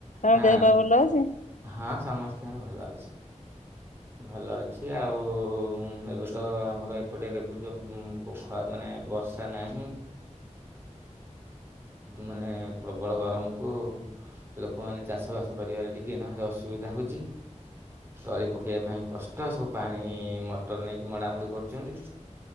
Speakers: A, on the left; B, on the right.
A: ତାଙ୍କ
B: ହଁ
A: ଦେହ ପା ଭଲ ଅଛି?
B: ହଁ ସମସ୍ତିଙ୍କର ଭଲ ଅଛି। ଭଲ ଅଛି ଆଉ ଏବେ ତ ଆମର ଏପଟେ ଦେଖୁଚ ପୋଖ ମାନେ ବର୍ଷ ଷା ନାହିଁ, ମାନେ ପ୍ରବଳ ଗରମକୁ ଲୋକମାନେ ଚାଷ ବାସ କରିବାରେ ଟିକେ ଏଇନା ଭାରି ଅସୁବିଧା ହଉଚି। କରି ପକେଇବା ପାଇଁ କଷ୍ଟ। ସବୁ ପାଣି ମଟର ନେଇକି ମଡାମଡ଼ି କରୁଚନ୍ତି।